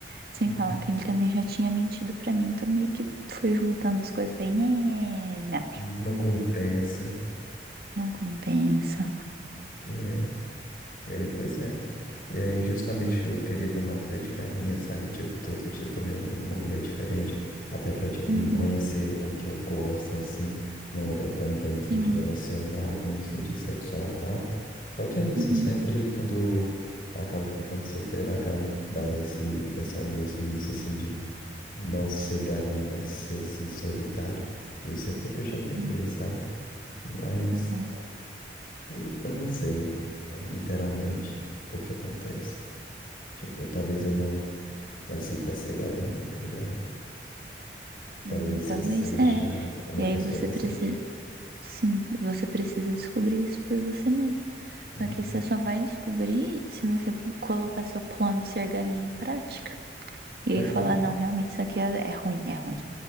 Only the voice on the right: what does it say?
Sem
falar que ele também já tinha mentido pra mim, então meio que foi juntando as coisas, falei, "Nhê, não,
não compensa.
Uhum,
sim,
uhum,
é,
aham.
Hum, talvez
é.
E aí
você
precisa, sim, você precisa descobrir isso por você mesmo.
Só que você só vai descobrir se você colocar seu plano de ser galinha em prática. E
aí falar,
não, realmente isso aqui é, é ruim, é ruim.